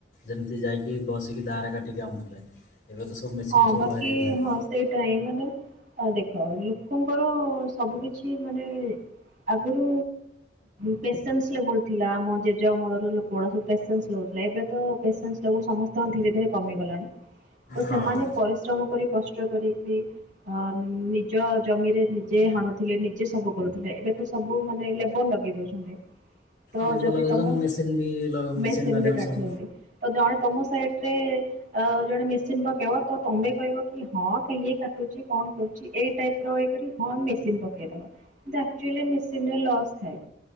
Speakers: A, on the left (about 45°); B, on the right (about 45°).
A: ଯେମିତି ଯାଇକି ବସିକି ଦାଆ ରେ କାଟିକି ଆଣୁଥିଲେ ଏବେ ତ ସବୁ ମେସିନ୍
B: ହଁ
A: ସବୁ
B: ବାକି
A: ବାହାରି ହେଗଲାଣି।
B: ହଁ ସେଇଟା ହିଁ ମାନେ ଦେଖ ଲୋକଙ୍କର ସବୁ କିଛି ମାନେ ଆଗରୁ ପେସେନ୍ସ ଲବଲୁଥିଲା ଆମ ଜେଜେ ଅମଳରେ ଲୋକଗୂଡା ସବୁ ପେସେନ୍ସ ଲୋଥିଲେ ଏବେ ତ ପେସେଶ୍ ଲେବୁଲୁ ସମସ୍ତଙ୍କର ଧୀରେ ଧୀରେ କମି ଗଲାଣି। ସେମାନେ
A: ହଁ।
B: ପରିଶ୍ରମ କରି କଷ୍ଟ ରିକିରିକି ନିଜ ଜମିରେ ନିଜେ ହାଣୁ ଥିଲେ ନିଜେ ସବୁ କରୁଥିଲେ ଏବେ ତ ସବୁ ମାନେ ଲେବର ଲଗେଇ ଦଉଛନ୍ତି। ତ
A: ଲେବର
B: ଯଦି
A: ଲଗେଇଛନ୍ତି
B: ତମ
A: ମେସିନ୍ ବି ମେସିନ୍
B: ମେସିନ
A: ମାଧ୍ୟମରେ
B: ବି କାଟୁଛନ୍ତି।
A: ସବୁ
B: ତ ଜଣେ ତମ ସାଇଟରେ ଅ ଜଣେ ମେଦିନୀ ପକେଇବ ତ ତମେ କହିବ କି ହଁ କିଏ କାଟୁଛି କଣ କରୁଛି ଏଇ ଟାଇପ ର କରି ହଁ ମେସିନି ପକେଇବା କନ୍ତୁି ଆକଚୁଆଲି ମେସିନିରେ ଲସ୍ ଥାଏ।